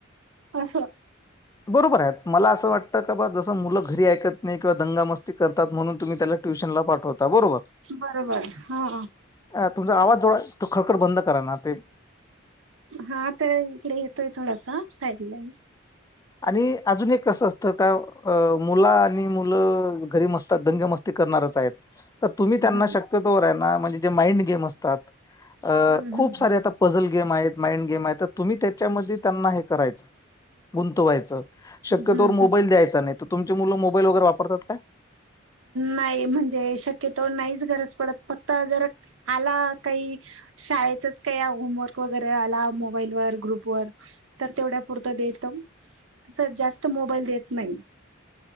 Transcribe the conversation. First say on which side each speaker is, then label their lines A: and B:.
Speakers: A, on the right; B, on the left.
A: अस.
B: बरोबर आहेत मला असं वाटतं का बा जसं मुलं घरी ऐकत नाही किंवा दंगा मस्त ती करतात म्हणून तुम्ही त्याला ट्युशन ल पाठवता बरोबर.
A: बरोबर हा
B: अ तुमचा आवाज जवळ ती खळकड बंद करा ना ते.
A: हा तर इकडे येतोय थोडासा साईड ला.
B: आणि अजून एक कसं असतं. तर काय मुलं आणि मुलं घरी मस्त दंग मस्ती करणारच आहेत. तर तुम्ही त्यांना
A: हम्म
B: शक्यतो राना म्हणजे जे माइंड गेम असतात. अ
A: हम्म
B: खूप
A: हम्म
B: सारे आता पझल गेम आहेत माइंड गेम आहेत तर तुम्ही त्याच्यामध्ये त्यांना हे करायचं. गुंतवायचं शक्यतोवर
A: हम्म हम्म
B: मोबाईल द्यायचा नाही तर तुमची मुलं मोबाईल वगैरे वापरतात का?
A: नाही म्हणजे शक्यतो नाहीच गरज पडत फक्त जर आला काही. शाळेचच काय होमवर्क वगैरे आला मोबाईल व ग्रुपवर. तर तेवढ्या पुरत देत तस जास्त मोबाईल देत नाही.